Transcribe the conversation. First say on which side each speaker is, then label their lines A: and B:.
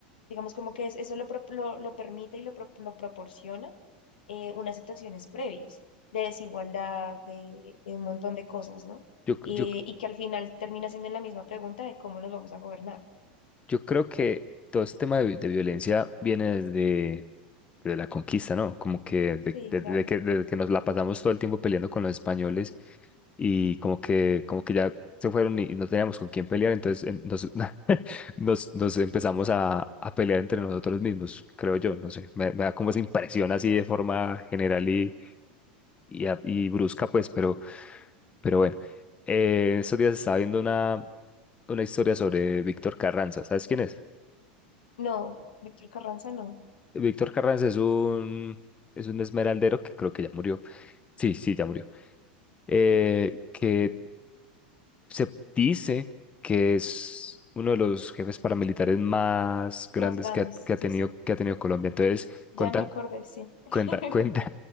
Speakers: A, on the left; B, on the left.
A: digamos como que es- eso lo, pro- lo, lo permite y lo, pro- lo proporciona eh, unas situaciones previas de desigualdad, de, de un montón de cosas, ¿no?
B: Yo,
A: Eh,
B: yo,
A: y que al final termina siendo la misma pregunta de cómo nos vamos a gobernar.
B: yo creo que todo este tema de, vi- de violencia viene desde de la conquista, ¿no? Como que de,
A: Sí,
B: de-
A: claro.
B: de que desde que nos la pasamos todo el tiempo peleando con los españoles y como que como que ya se fueron y, y no teníamos con quién pelear, entonces en- nos, <laughs> nos, nos empezamos a, a pelear entre nosotros mismos, creo yo, no sé, me, me da como esa impresión así de forma general y, y, a- y brusca, pues, pero, pero bueno, eh, estos días estaba viendo una, una historia sobre Víctor Carranza, ¿sabes quién es?
A: No, Víctor Carranza no.
B: Víctor Carranza es un, es un esmeraldero que creo que ya murió. Sí, sí, ya murió eh, que se dice que es uno de los jefes paramilitares más grandes
A: Más grandes,
B: que ha, que ha tenido,
A: sí, sí.
B: que ha tenido Colombia. Entonces,
A: Ya
B: cuentan
A: me acordé, sí. <laughs>
B: cuenta, <laughs> cuentan,